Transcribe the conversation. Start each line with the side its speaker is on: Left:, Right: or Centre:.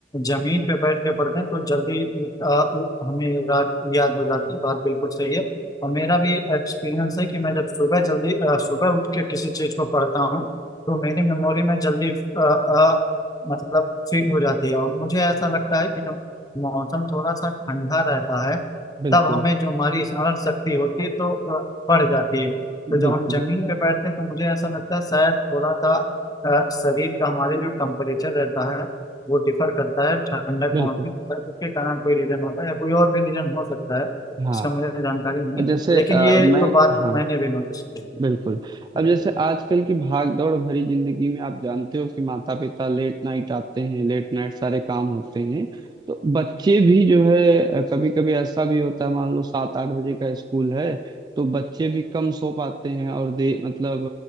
Left: जमीन पे बैठ के पढ़ते हैं तो जल्दी आ, हमें रात याद हो जाती है बात बिल्कुल सही है और मेरा भी एक्सपीरियंस है कि मैं जब सुबह जल्दी आ, सुबह उठ के किसी चीज को पढ़ता हूँ तो मेरी मेमोरी में जल्दी आ, आ, मतलब फिट हो जाती है और मुझे ऐसा लगता है कि जब मौसम थोड़ा सा ठंडा रहता है
Right: बिल्कुल
Left: तब हमें जो हमारी स्मरण शक्ति होती है तो आ, बढ़ जाती है तो जब
Right: बिल्कुल
Left: हम जमीन पे बैठते हैं तो मुझे ऐसा लगता है शायद थोड़ा सा अ, शरीर का हमारे जो टेम्परेचर रहता है वो डिफर करता है ठंडक
Right: बिल्कुल
Left: पहुंचती है तो शायद उसके कारण कोई रीजन होता है या कोई और भी रीजन हो सकता है इसका
Right: हाँ
Left: मुझे जानकारी नहीं है
Right: जैसे
Left: लेकिन
Right: अ,
Left: ये
Right: मैं
Left: तो बात
Right: हाँ
Left: मैंने भी नोटिस की
Right: बिल्कुल
Left: है।
Right: अब जैसे आजकल की भाग दौड़ भरी जिंदगी में आप जानते हो कि माता पिता लेट नाइट आते हैं लेट नाइट सारे काम होते हैं तो बच्चे भी जो है कभी कभी ऐसा भी होता है मान लो सात आठ बजे का स्कूल है तो बच्चे भी कम सो पाते हैं और दे मतलब